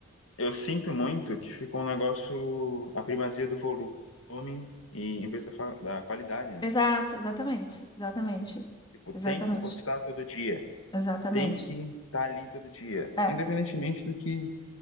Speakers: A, on the left; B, on the left.
A: eu sinto muito que ficou um negócio, a primazia do volume e em vez da, fa- da qualidade, né?
B: Exato, exatamente, exatamente,
A: Tipo,
B: exatamente,
A: tem que postar todo dia.
B: exatamente.
A: Tem que estar tá ali todo dia,
B: É,
A: independentemente do que